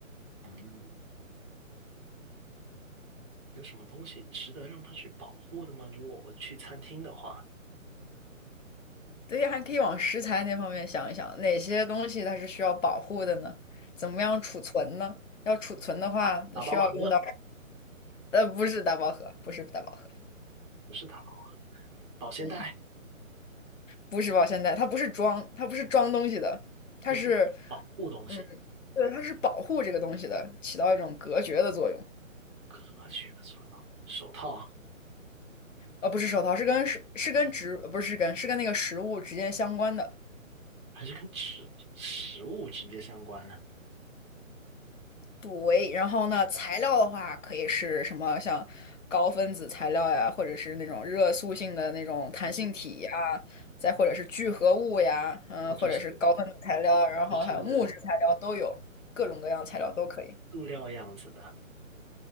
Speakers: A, on the right; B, on the left.
A: 嗯。有什么东西值得让它去保护的吗？如果我去餐厅的话，
B: 对，还可以往食材那方面想一想，哪些东西它是需要保护的呢？怎么样储存呢？要储存的话，
A: 啊，打包盒
B: 需要用到，呃，不是大饱盒，不是大盒，
A: 不是打包盒保鲜袋，
B: 嗯。不是保鲜袋，它不是装，它不是装东西的，它是，
A: 它是保护东西，
B: 嗯，对，它是保护这个东西的，起到一种隔绝的作用。
A: 何举的作用。手套
B: 呃，不是手套，是跟是是跟植，呃不是跟是跟那个食物直接相关的
A: 还是跟食食物直接相关的
B: 部位。然后呢，材料的话可以是什么，像高分子材料呀，或者是那种热塑性的那种弹性体呀，
A: 啊？就
B: 再或者是聚合物呀，嗯，
A: 那就是塑
B: 或者是高分子材料，然后还有木质材料都有，
A: 就是
B: 各种各样材料都可以。
A: 塑料样子的，